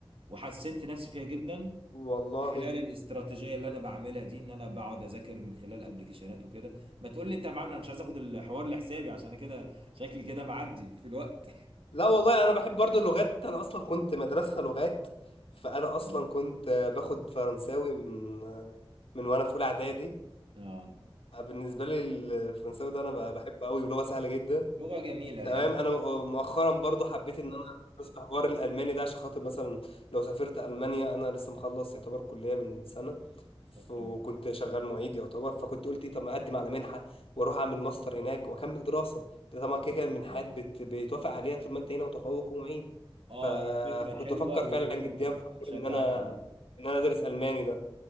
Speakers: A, on the right (about 75°); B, on the left (about 80°).
A: وحسنت نفسي فيها جدا
B: والله
A: خلال الاستراتيجيه اللي انا بعملها دي ان انا بقعد اذاكر من خلال ابلكيشنات وكده ما تقول لي انت معامله انا مش عايز اخد الحوار لحسابي عشان انا كده شكلي كده معدي في الوقت
B: لا والله انا بحب برضو اللغات انا اصلا كنت مدرسة لغات فانا
A: طب
B: اصلا
A: كده
B: كنت
A: كويس.
B: باخد فرنساوي من من وانا في اولى اعدادي
A: اه
B: فبالنسبة لي الفرنساوي ده انا بحبه قوي ولغة سهلة جدا
A: لغه جميله
B: تمام
A: حلو
B: انا مؤخرا برضو حبيت ان انا ادرس في حوار الالماني ده عشان خاطر مثلا لو سافرت المانيا انا لسه مخلص يعتبر كليه من سنه ف-
A: طب حلو
B: وكنت شغال معيد يعتبر فكنت قلت ايه طب ما اقدم على منحه واروح اعمل ماستر هناك واكمل دراسه ده طبعا كده
A: هي
B: كده
A: فكره
B: المنحات بت... بيتوافق عليها طول ما انت هنا متفوق ومعيد
A: اه
B: ف...
A: هي فكره
B: فكنت
A: حلوه
B: بفكر
A: وانت
B: فعلا جديا في حوار
A: اشجعك
B: ان انا
A: عليها
B: ان انا ادرس الماني ده